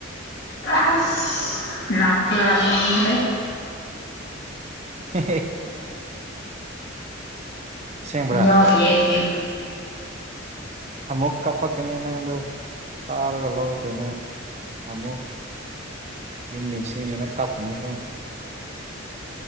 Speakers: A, on the left; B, on the right.
A: ꯑꯁ ꯅꯥꯄꯗꯂꯤ꯭ꯔꯦ
B: ꯍ ꯑꯁꯦꯡꯕ꯭ꯔꯥ
A: ꯌꯥ ꯌꯥꯏꯁꯦ
B: ꯑꯃꯨꯛ ꯀꯥꯄꯛꯀꯅꯤ ꯅꯪꯗꯣ ꯐꯥꯔꯒ ꯂꯧꯗꯅ ꯑꯃꯨꯛ ꯃꯤꯁꯤꯗꯅ ꯀꯞꯀꯅꯤ ꯀꯣ